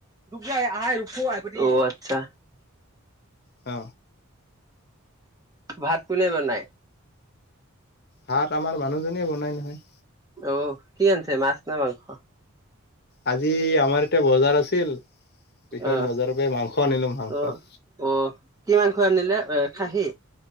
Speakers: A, on the right; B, on the left.
A: <unintelligible> অ' আচ্ছা
B: অ
A: ভাত কোনে বনায়
B: ভাত আমাৰ মানুহজনীয়ে বনায় নহয়
A: অ কি আনিছে মাছ নে মাংস
B: আজি আমাৰ ইয়াতে বজাৰ আছিল পিছত
A: অ'
B: বজাৰৰ পৰা মাংস আনিলো মাংস
A: অ' অ' কি মাংস আনিলে এ খাহী